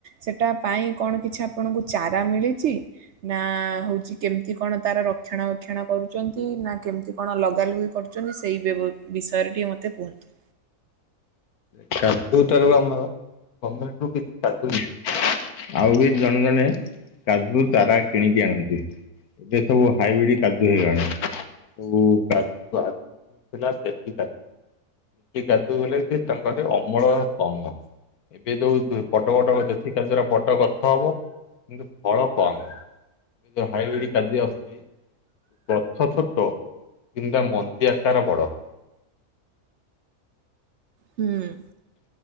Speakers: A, on the right; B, on the left.
A: ସେଟା ପାଇଁ କଣ କିଛି ଆପଣଙ୍କୁ ଚାରା ମିଳିଛି? ନା ହଉଛି କେମିତି କଣ ତାର ରକ୍ଷଣ ବକ୍ଷଣ କରୁଛନ୍ତି ନା କେମିତି ଆପଣ ଲଗାଲୁଗି କରୁଛନ୍ତି ସେଇ ବେ ବ ବିଷୟରେ ଟିକେ ମୋତେ କୁହନ୍ତୁ।
B: କାଜୁ ଠାରୁ ଆମର ଗମେଣ୍ଟ ରୁ କିଛି ସାହାଯ୍ୟ ମିଳୁନି। ଆଉ ବି ଜଣେ ଜଣେ କାଜୁ ଚାରା କିଣିକି ଆଣନ୍ତି। ଏବେ ସବୁ ହାଇବ୍ରିଡ କାଜୁ ହେଇଗଲାଣି ସବୁ କାଜୁ ଆରୂ ଥିଲା ଦେଶି କାଜୁ ଦେଶି କାଜୁ ହେଲେ ଯେ ତାଙ୍କର ଅମଳ କମ। ଏବେ ଯୋଉ ବଡ ବଡ ଦେଶି କାଜୁର ବଡ ଗଛ ହବ କିନ୍ତୁ ଫଳ କମ। ଏବେ ଯୋଉ ହାଇବ୍ରିଡ କାଜୁ ଆସୁଚି। ଗଛ ଛୋଟ କିନ୍ତୁ ତା ମଞ୍ଜି ଆକାର ବଡ।
A: ହୁଁ।